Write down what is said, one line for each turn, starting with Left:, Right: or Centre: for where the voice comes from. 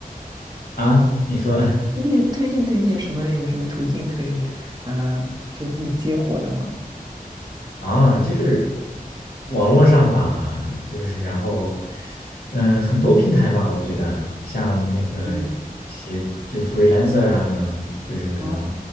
Left: 啊？你说
Right: 推对推荐推荐什么？有什么途径可以，呃，就自己接活的吗？
Left: <laughs> 啊，就是网络上吧，就是然后嗯，很多平台吧，我觉得像那个一些就是
Right: 嗯，
Left: freelancer 啊，可能就是可能，
Right: 哦，